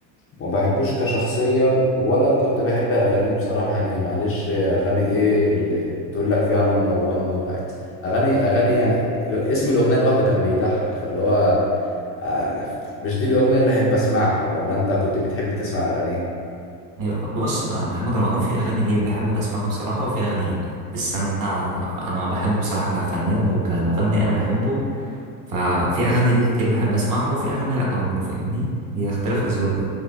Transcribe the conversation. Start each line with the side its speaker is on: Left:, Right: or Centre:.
Left: وما بحبوش كشخصيا ولا كنت بحب اغانيه بصراحه يعني معلش اغاني ايه اللي تقول لك فيها نمبر 1 اغاني اغاني يعني لو- اسم الاغنيه لوحده كان بيضحك فاللي هو آه، مش دي الاغنيه اللي احب اسمعها ولا انت كنت بتحب تسمع اغانيه
Right: هي- بص أنا محمد رمضان في أغاني ليه بحب أسمعها بصراحة وفي أغاني لأ بس أنا أنا بحبه بصراحة كفنان وكمغني أنا بحبه ففي أغاني ليه كتير بحب أسمعها وفي أغاني لأ برضه فاهمني هي اختلاف أذواق